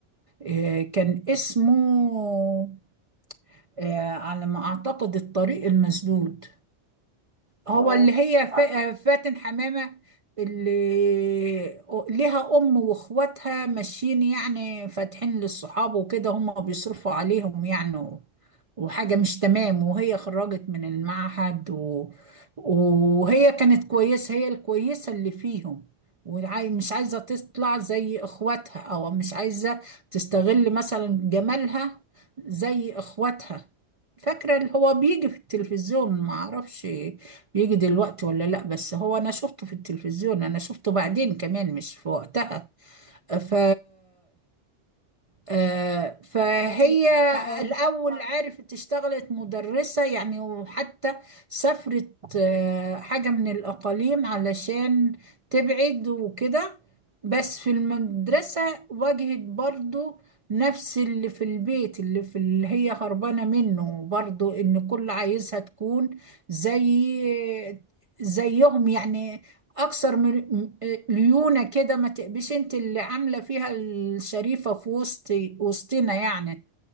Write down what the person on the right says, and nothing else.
آه، كان اسمه آه، على ما أعتقد الطريق المسدود هو
اللي هي فا- فاتن حمامة اللي ليها أم وإخواتها ماشيين يعني فاتحين للصحاب وكده هم بيصرفوا عليهم يعني و- وحاجة مش تمام وهي خرجت من المعهد و... وهي كانت كويسة هي الكويسة اللي فيهم ومش عايزة تطلع زي إخواتها أو مش عايزة تستغل مثلا جمالها زي إخواتها فاكرة اللي هو بيجي في التلفزيون معرفش يجي دلوقتي ولا لا بس هو انا شفته في التلفزيون انا شفته بعدين كمان مش في وقتها ف آه، فهي
فاهمك
الأول عرفت اشتغلت مدرسة يعني وحتى سافرت آه، حاجة من الأقاليم علشان تبعد وكده بس في المدرسة واجهت برضو نفس اللي في البيت اللي في اللي هي هربانة منه برضو إن كل عايزها تكون زي زيهم يعني اكثر من ليونه كده ما تبقيش انت اللي عامله فيها الشريفه في وسط وسطنا يعني